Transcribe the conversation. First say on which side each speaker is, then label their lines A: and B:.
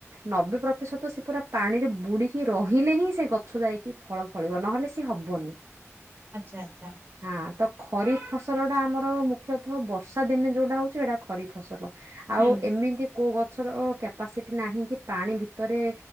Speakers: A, on the right; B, on the right.
A: ନବେ ପ୍ରତିଶତ ସେ ପୁରା ପାଣିରେ ବୁଡିକି ରହିଲେ ହିଁ ସେ ଗଛ ଯାଇକି ଫଳ ଫଳିବ ନହେଲେ ସିଏ ହବନି।
B: ଆଚ୍ଛା ଆଚ୍ଛା।
A: ହଁ ତ ଖରିପ ଫସଲଟା ଆମର ମୁଖ୍ୟତଃ ବର୍ଷା ଦିନେ ଯୋଉଟା ହଉଛି ହେଇଟା ଖରିପ ଫସଲ। ଆଉ
B: ହୁଁ
A: ଏମିତି କୋଉ ଗଛର କ୍ୟାପାସିଟି ନାହିଁ କି ପାଣି ଭିତରେ